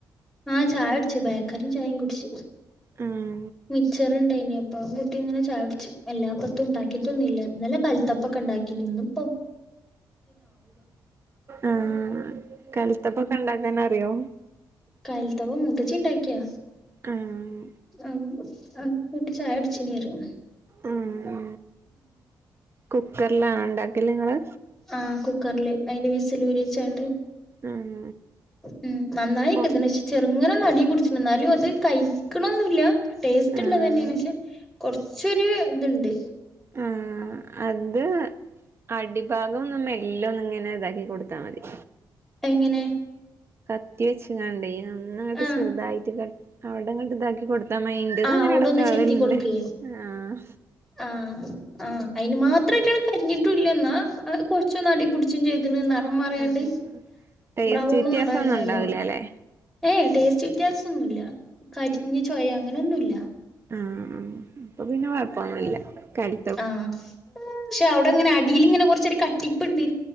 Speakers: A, in the centre; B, on the right.
A: ആചായ കുടിച്ചു ബേക്കറിം ചായിം കുടിച്ചു
B: ആഹ്
A: മിച്ചർ ഉണ്ടായിനി അപ്പം അതും കൂട്ടി ഇങ്ങനെ ചായ കുടിച്ചു എല്ല ഇപ്പത്ത് ഉണ്ടാക്കിയിട്ടൊന്നുല്ല ഇന്നലെ കൽത്തപ്പൊക്കെ ഇണ്ടാക്കി നിന്നും ഇപ്പൊ
B: ആ കലത്തപ്പൊക്കെ ഇണ്ടാക്കാൻ അറിയോ
A: കലത്തപ്പം മൂത്തച്ചി ഇണ്ടാക്കിയ
B: ആഹ്
A: അഹ ആ കൂട്ടി ചായ കുടിച്ചീന്നി പറയാ
B: അ ആ കുക്കറിലാണോ ഇണ്ടാക്കല് നിങ്ങള്
A: ആഹ് കുക്കറില് അയിന്റെ വിസില് ഊരെച്ചാണ്ട്
B: ഉം
A: ഉം നന്നായിക്കത്തിനെ
B: പൊങ്
A: പക്ഷെ ചെറുങ്ങനെഒന്ന് അടി പിടിച്ചിണ് എന്നാലും അത് കഴിക്കണൊന്നുല്ല ടേസ്റ്റ്
B: ആഹ്
A: ഉള്ളത് തന്നെയാണ് പക്ഷെ കൊറച്ചൊരു ഇത്ണ്ട്
B: ആഹ് അത് അടിഭാഗം മെല്ലെ ഒന്ന് ഇങ്ങനെ ഇതാക്കി കൊടുത്താ മതി
A: എങ്ങനെ
B: കത്തി വെച്ച്കാണ്ട് ഒന്ന്ങ്ങ്ട്ട്
A: ആഹ്
B: ചെറുതായിട്ട് കട്അവിടങ്ങ്ട്ട് ഇതാക്കി കൊടു ത്താ മ ഇൻ്റതും
A: ആഹ്
B: ഇങ്ങനെ
A: അവിടെ
B: എടക്കാവലുണ്ട്
A: ഒന്ന് ചെത്തി കൊടുക്കേ
B: ആഹ്
A: ആഹ് ആഹ് അയിന് മാത്രമായിട്ട് കരിഞ്ഞിട്ടൂല്ല എന്നാ കൊറച്ച്ന്ന അടി പിടിച്ചും ചെയ്തിണ് നിറം മറിയാണ്ട്
B: ആഹ് ടേസ്റ്റ്
A: ബ്രൗൺ
B: വ്യത്യാസൊന്നും
A: നെറംആയിണ്
B: ഉണ്ടാവൂലല്ലേ
A: നല്ലോണം ഏയ് ടേസ്റ്റ് വ്യത്യാസംഒന്നുല്ല കരിഞ്ഞചൊയ അങ്ങനെന്നുല്ല
B: ആഹ്ആഹ് അപ്പൊ പിന്നെ കൊഴപ്പൊന്നുല്ല കരി
A: ആഹ് പക്ഷെ അവിടെങ്ങനെ അടീല്ഇങ്ങനെ കൊറച്ചൊരു കട്ടിപ്പ്ണ്ട്